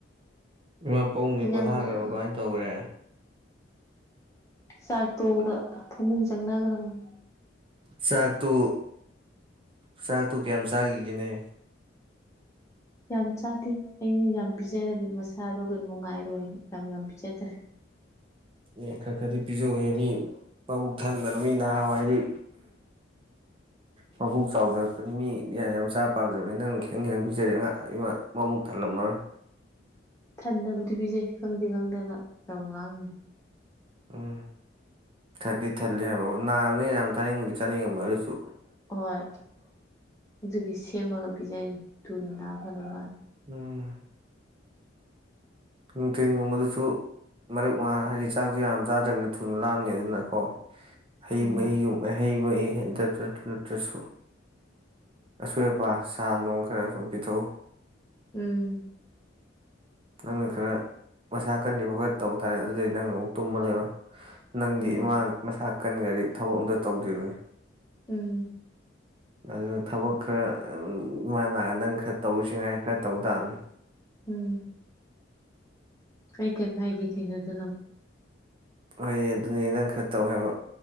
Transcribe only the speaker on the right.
ꯏꯃꯥ ꯄꯥꯕꯨꯡꯗꯤ
ꯄꯣꯊꯥꯈ꯭ꯔꯕ ꯀꯃꯥꯏꯅ ꯇꯧꯈꯒ꯭ꯔꯦ
ꯆꯥꯛꯇꯨ ꯆꯥꯛꯇꯨ ꯀꯌꯥꯝ ꯆꯥꯈꯤꯒꯦꯅꯦ
ꯑꯦ ꯈꯔ ꯈꯔꯗꯤ ꯄꯤꯖꯧꯍꯦ ꯃꯤ ꯃꯕꯨꯛ ꯊꯟꯗꯅ ꯃꯤ ꯅꯍꯥꯟꯋꯥꯏꯗꯤ ꯃꯕꯨꯛ ꯆꯥꯎꯖꯔꯛꯄꯅꯤ ꯃꯤ ꯌꯥꯝ ꯌꯥꯝ ꯆꯥꯥꯕ ꯄꯥꯝꯖꯕꯅꯤ ꯅꯪ ꯈꯤꯇꯪ ꯈꯤꯇꯪ ꯄꯤꯖꯔꯦ ꯑꯉꯥꯡ ꯑꯅꯤꯃꯛ ꯃꯕꯨꯛ ꯊꯜꯂꯝꯃꯔꯣꯏ
ꯎꯝ ꯊꯟꯗꯤ ꯊꯜꯂꯤ ꯍꯥꯏꯕ ꯅꯥꯕꯅꯤꯅ ꯌꯥꯝ ꯆꯥꯅꯤꯡꯕꯗꯤ ꯆꯥꯅꯤꯡꯉꯝꯃꯣ ꯑꯗꯨ ꯑꯣꯏꯁꯨ
ꯎꯝ ꯅꯨꯡꯊꯤꯟꯒꯨꯝꯕꯗꯨꯁꯨ ꯃꯔꯛ ꯃꯉꯥ ꯍꯥꯏꯗꯤ ꯆꯥꯛꯁꯨ ꯌꯥꯝ ꯆꯥꯗ꯭ꯔꯅꯤꯅ ꯊꯨꯅ ꯂꯥꯝꯅꯤ ꯑꯗꯨꯅꯀꯣ ꯍꯩ
ꯃꯍꯤꯒꯨꯝ ꯍꯩ ꯍ ꯗꯇꯠꯇꯁꯨ ꯑꯁꯣꯏ ꯑꯄꯥ ꯁꯥ ꯅꯨꯡ ꯈꯔ ꯁꯨꯝ ꯄꯤꯊꯛꯎ
ꯅꯪꯅ ꯈꯔ ꯃꯁꯥ ꯀꯟꯗꯤ ꯐꯥꯎꯕ ꯇꯧꯕ ꯇꯥꯔꯦ ꯑꯗꯨꯗꯩ ꯅꯪꯅ ꯑꯃꯨꯛ ꯇꯨꯝꯃ ꯂꯩꯔꯣꯏ ꯅꯪꯗꯤ
ꯏꯃꯥꯡ ꯃꯁꯥ ꯑꯀꯟꯒ꯭ꯔꯗꯤ ꯊꯕꯛ ꯑꯝꯇ ꯇꯧꯗ꯭ꯔꯤꯕꯅꯤ
ꯑꯗꯨꯅ ꯊꯕꯛ ꯈꯔ ꯏꯃꯥ ꯅꯥꯔ ꯅꯪ ꯈꯔ ꯇꯧꯨꯁꯤꯉꯥꯏ ꯈꯔ ꯇꯧ ꯇꯥꯕꯅꯤ
ꯍꯣꯏ ꯑꯗꯨꯅꯦ ꯅꯪ ꯈꯔ ꯇꯧ ꯍꯥꯏꯕ